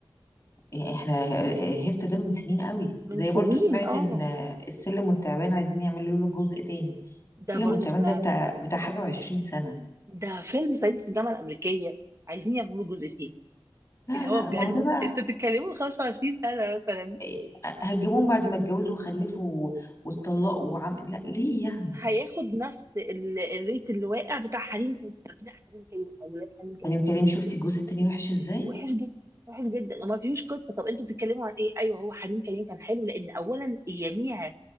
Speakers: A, on the left; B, on the right.
A: يعني احنا آه، هبت ده من سنين قوي
B: من
A: زي
B: سنين
A: برضو سمعت
B: اه
A: ان السلم والتعبان عايزين يعملوا له جزء تاني السلم
B: ده برضو
A: والتعبان
B: سمعت
A: ده بتاع بتاع حاجة وعشرين سنة
B: ده فيلم صعيدي في الجامعة الأمريكية عايزين يعملوا جزء تاني
A: لا
B: اللي
A: لا
B: هو بجد
A: ما هو ده بقى
B: انتوا بتتكلموا 25 سنة مثلا
A: إيه، هتجيبوهم بعد ما اتجوزوا وخلفوا واتطلقوا وعم لا ليه يعني
B: هياخد نفس ال- الريت اللي واقع بتاع حريم كريم ابناء حريم كريم اولاد حريم كريم
A: أنا كريم شفتي الجزء التاني وحش ازاي
B: وحش جدا وحش جدا وما فيهوش قصه طب انتوا بتتكلموا عن ايه ايوه هو حريم كريم كان حلو لان اولا يميع